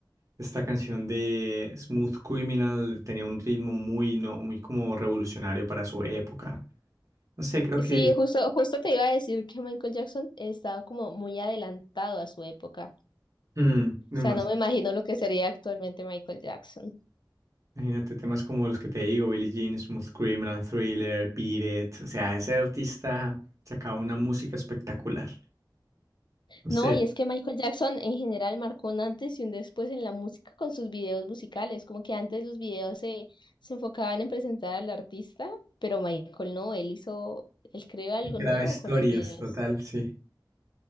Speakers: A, on the right; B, on the left.
A: Esta canción de Smooth Criminal tenía un ritmo muy, no, muy como revolucionario para su época. No sé, creo
B: Sí,
A: que...
B: justo, justo te iba a decir que Michael Jackson estaba como muy adelantado a su época.
A: mm, no
B: O sea,
A: más.
B: no me imagino lo que sería actualmente Michael Jackson.
A: Imagínate temas como los que te digo, Billie Jean, Smooth Criminal, Thriller, Beat It. O sea, ese artista sacaba una música espectacular. No
B: No,
A: sé,
B: y es que Michael Jackson en general marcó un antes y un después en la música con sus videos musicales. Como que antes los videos se, se enfocaban en presentar al artista, pero Michael no, él hizo, él creó algo
A: él creaba
B: nuevo
A: historias,
B: con los videos.
A: total, sí.